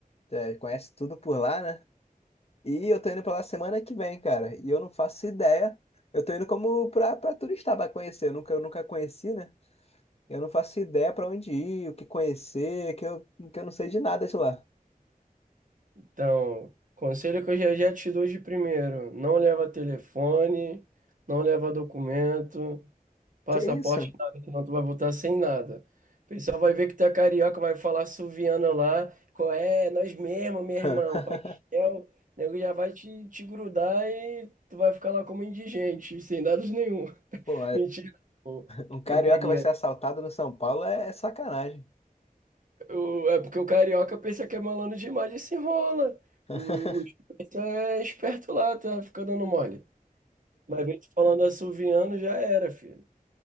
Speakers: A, on the left; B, on the right.
A: tu é, conhece tudo por lá, né? E eu tô indo pra lá semana que vem, cara. E eu não faço ideia. Eu tô indo como pra, pra turista, pra conhecer. Eu nunca, eu nunca conheci, né? Eu não faço ideia pra onde ir, o que conhecer, que eu, que eu não sei de nada de lá.
B: Então, conselho que eu já já te dou de primeiro, não leva telefone, não leva documento, passaporte,
A: Que isso?
B: nada, senão tu vai voltar sem nada. O pessoal vai ver que tu é carioca, vai falar suviano lá, qual é, nós mesmo, meu
A: <laughs>
B: irmão, pastel, o nego já vai te, te grudar e tu vai ficar lá como indigente, sem dados nenhum. <laughs>
A: Pô,
B: mentira.
A: Um carioca
B: Brincadeira.
A: vai ser assaltado no São Paulo é, é sacanagem.
B: O- é porque o carioca pensa que é malandro demais e se enrola.
A: <laughs>
B: O, o Chupaca é esperto lá, tá? Fica dando mole. Mas vem tu falando assoviano, já era, filho.